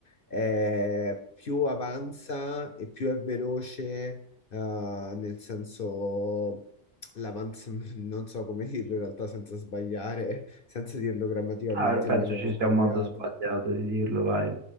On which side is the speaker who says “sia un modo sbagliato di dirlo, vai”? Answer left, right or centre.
Right